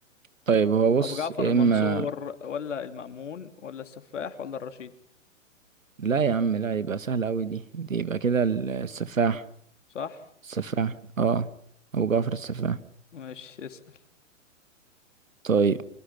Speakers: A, on the right; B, on the left.
A: طيب هو
B: ابو
A: بص
B: جعفر
A: يا
B: المنصور
A: إما
B: ولا المأمون ولا السفاح ولا الرشيد
A: لا يا عم لا يبقى سهلة أوي دي دي يبقى كده ال- السفاح
B: صح
A: السفاح اه أبو جعفر السفاح
B: ماشي اسأل
A: طيب